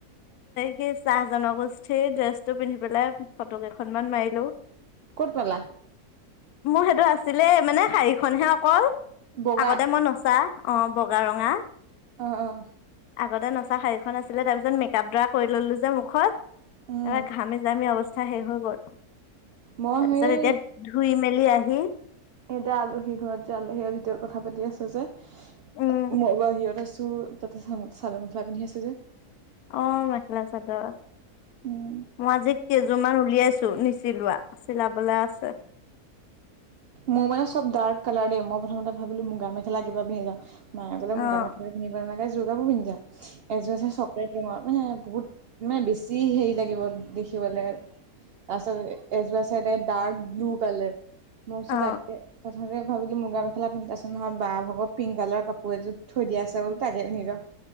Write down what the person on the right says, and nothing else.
ক'ত পালা?
বগা
অ', অ'।
উম,
মই
সেই
এতিয়া আলহী ঘৰত যে আলহীয়ে ভিতৰত কথা পাতি আছো যে
মই বাহিৰত আছো। তাতে চাল মেখেলা পিন্ধি আছো যে।
উম,
মোৰ মানে চব ডাৰ্ক কালাৰ দেই মই প্ৰথমতে ভাবিলো মুগা মেখেলা কিবা পিন্ধি যাওঁ। মায়ে কলে মুগা
কাপোৰ পিন্ধিব নালাগে যোৰ কাপোৰ পিন্ধি যা‌ যোৰ আ চকলে ডাঙৰ মানে বহুত মানে বেছি হেৰি লাগিব দেখিবলে। তাৰপিছত এ ডাৰ্ক ব্লু কালাৰ মল
তাতকে প্ৰথমতে ভাবিলো মুগা মেখেলা পিন্ধাচোন নহ বা ভাগৰ পিংক কালৰ কাপোৰ এযোৰ থৈ দিয়াছে বো তাকে পিন্ধো ৰ।